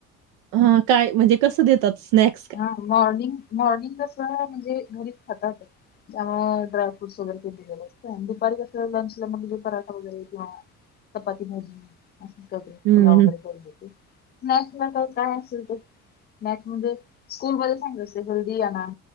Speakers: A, on the right (about 50°); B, on the left (about 25°).
A: हा काय म्हणजे कसं देतात स्नॅक्
B: हा मॉर्निंग मॉर्निंगला स म्हणजे घरीच खातात त्यामुळे ड्रायफ्रूट्स वगैरे केेेले असते आणि दुपारी असल्या लंचला म्हणे पराठा वगैरे किंवा चपात भाज अस कध
A: हं,
B: फुला वगैरे करून देते मॅथला काही काय असेल तेॅथ म स्कूलमध्येध्ये सांगलं असते हेल्दी येणार